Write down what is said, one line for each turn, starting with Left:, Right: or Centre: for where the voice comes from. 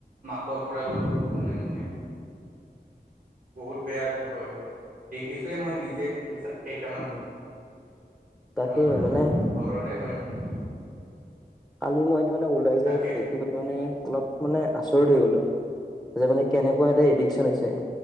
Right: মাকৰ পৰা ল'ব মনে-মনে
Centre: <unintelligible>
Right: বহুত বেয়া অভ্যাস হয় এইটো, দেখিছোৱেই মই নিজে কেইটামান।
Centre: উম তাকে
Right: আমাৰ
Centre: মানে
Right: ঘৰৰে হয় মানে
Centre: কালি মই এইটো মানে ওলাই যাই
Right: তাকে
Centre: এইটো দেখি পেলো মানে অলপ মানে আচৰিত হৈ গলো <unintelligible> যে মানে কেনেকুৱা এটা এডিকশচন হৈছে